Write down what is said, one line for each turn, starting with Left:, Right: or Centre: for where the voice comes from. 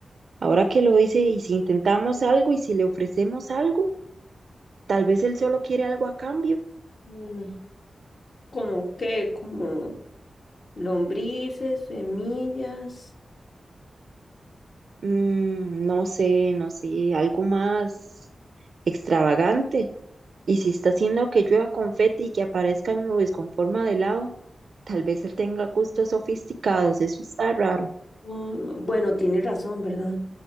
Right: ahora que lo hice, ¿y si intentamos algo y si le ofrecemos algo? Tal vez él solo quiere algo a cambio.
Left: Mm, ¿Como qué? Como lombrices, semillas.
Right: Mm, no sé, no sé, algo más extravagante. Y si está haciendo que llueva confeti y que aparezcan nubes con forma de helado, tal vez él tenga gustos sofisticados, eso está raro.
Left: Mm, Bueno, tiene razón, ¿verdad?